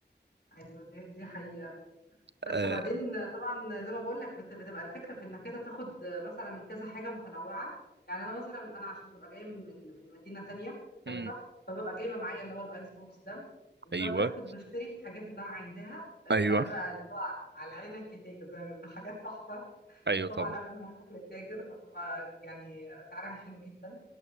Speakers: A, on the left; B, on the right.
A: ايوه دي دي حقيقة بس
B: آه،
A: وبعدين طبعا زي ما بقول لك بت- بتبقى الفكرة في انك انت تاخد مثلا كذا حاجة متنوعة يعني انا مثلا انا عشان ببقى جاية من من من مدينة تانية مختلفة
B: امم
A: فببقى جايبة معايا اللي هو الايس بوكس ده وباخد
B: ايوه
A: بشتري الحاجات اللي انا عايزاها اللي
B: ايوه
A: انا بقى اللي هو على عينك يا تاجر زي ما بيقولوا حاجات تحفة
B: ايوه
A: وطبعا
B: طبعا
A: قبل ما اروح للتاجر فبتبقى يعني سعرها حلو جدا